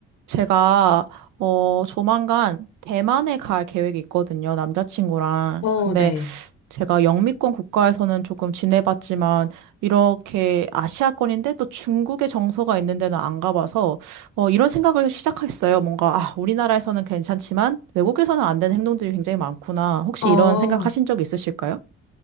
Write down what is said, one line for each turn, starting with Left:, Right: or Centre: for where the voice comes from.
Right: 제가 어 조만간 대만에 갈 계획이 있거든요. 남자친구랑.
Left: 어,
Right: 근데
Left: 네.
Right: 제가 영미권 국가에서는 조금 지내봤지만 이렇게 아시아권인데 또 중국의 정서가 있는 데는 안 가봐서 어 이런 생각을 시작했어요. 뭔가 아 우리나라에서는 괜찮지만 외국에서는 안 되는 행동들이 굉장히 많구나. 혹시
Left: 어,
Right: 이런 생각 하신 적 있으실까요?